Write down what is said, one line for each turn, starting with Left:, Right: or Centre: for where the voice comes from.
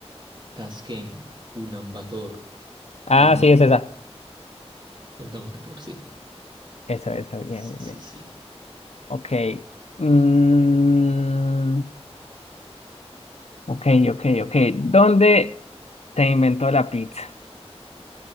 Right: Tashkent, Ulaanbaatar,
Left: Ah,
Right: Alma...
Left: sí, es esa.
Right: Ulaanbaatar, sí.
Left: Esa, esa, bien,
Right: Sí,
Left: bien,
Right: sí,
Left: bien.
Right: sí.
Left: Ok. Mm, ok, ok, ok. ¿Dónde se inventó la pizza?